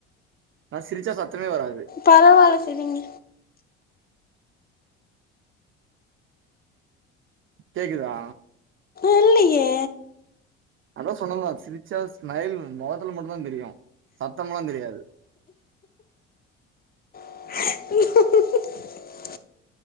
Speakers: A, on the right; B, on the left.
A: நா சிரிச்சா சத்தமே வராது.
B: பரவால்ல சிரிங்க
A: கேக்குதா
B: இல்லயே
A: அதா சொன்னேன்ல. சிரிச்சா ஸ்மைல் மொகத்துல மட்டுந்தா தெரியு சத்தம்ல்லா தெரியாது
B: <unintelligible>